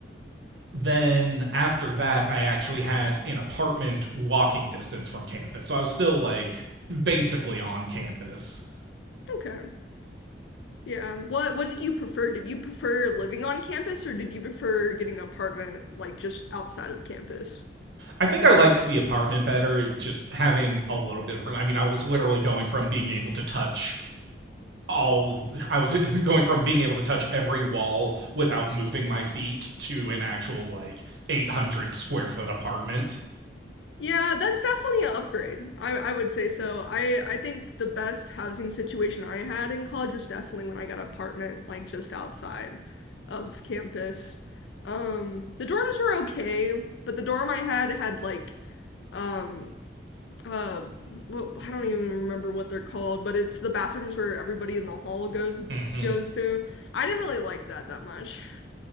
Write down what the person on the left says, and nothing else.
Okay. Yeah. What what did you prefer? Did you prefer living on campus or did you prefer getting an apartment like just outside of campus?
Yeah, that's definitely an upgrade. I, I would say so. I, I think the best housing situation I had in college was definitely when I got an apartment like just outside of campus. Um, the dorms were okay, but the dorm I had had like um uh well I don't even remember what they're called, but it's the bathrooms where everybody in the hall goes
goes to. I didn't really like that that much.